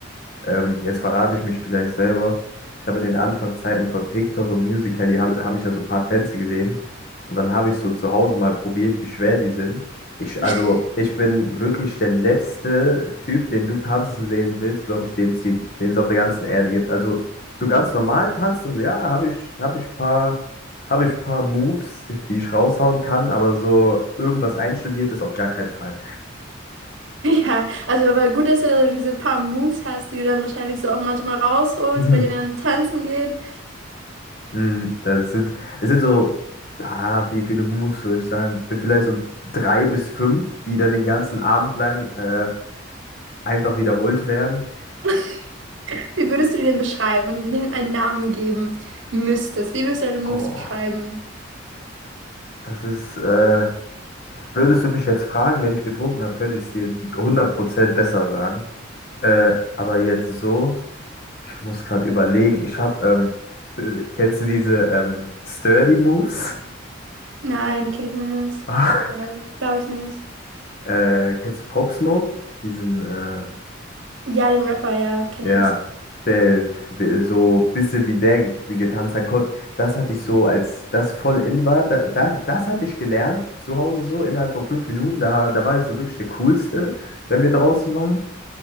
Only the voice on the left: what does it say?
Ähm, jetzt verrate ich mich vielleicht selber. Ich habe in den Anfangszeiten von TikTok und Musical.ly habe hab hab ich da so ein paar Tänze gesehen. Und dann habe ich so zu Hause mal probiert, wie schwer die sind. Ich,
also, ich bin wirklich der letzte Typ, den du tanzen sehen willst, glaube ich, den es hier, den es auf der ganzen Erde gibt. Also, so ganz normal tanzen, so, ja, habe ich, habe ich paar, habe ich paar Moves, die ich raushauen kann, aber so irgendwas einstudiertes auf gar keinen Fall.
<laughs>
Mm, Das sind, es sind so, ah, wie viele Moves soll ich sagen? Es sind vielleicht so drei bis fünf, die dann den ganzen Abend lang äh, einfach wiederholt werden.
Oh,
das ist, äh, würdest du mich jetzt fragen, wenn ich getrunken habe, könnte ich es dir hundert Prozent besser sagen. Äh, aber jetzt so, ich muss gerade überlegen, ich habe, ähm, <laughs> äh, kennst du diese ähm, Sturdy Moves?
<laughs>
äh, kennst du Pop Smoke? Diesen, äh,
Ja,
der, der- so bisschen wie der ge- getanzt hat, ko- das hatte ich so, als das voll in war, da, da, das hatte ich gelernt zu Hause so innerhalb von fünf Minuten, da, da war ich so wirklich der Coolste, wenn wir draußen waren,